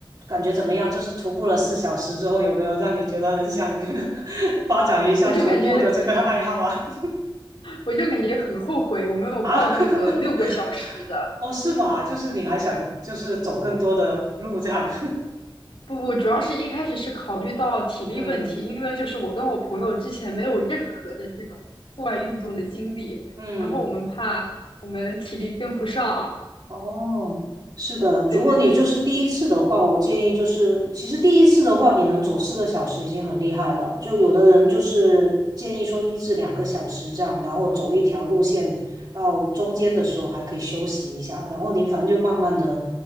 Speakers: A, on the right (about 50°); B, on the left (about 85°).
A: 感觉怎么样？就是徒步了四小时之后，有没有让你觉得很想 <laughs> 发展一下徒步的这个爱好啊？
B: 我就感觉我就感觉很后悔，我没有报那个六个小时的。
A: <laughs> 啊？<laughs> 哦，是吗？就是你还想就是走更多的路这样？
B: 不不，主要是一开始是考虑到体力问题，
A: <laughs> 嗯。
B: 因为就是我跟我朋友之前没有任何的这种户外运动的经历，
A: 嗯，
B: 然后我们怕我们体力跟不上。
A: 哦，是的，如果你就是第一次的话，
B: 对对对，
A: 我建议就是，其实第一次的话，你能走四个小时已经很厉害了。就有的人就是建议说一至两个小时这样，然后走一条路线，到中间的时候还可以休息一下，然后你反正就慢慢的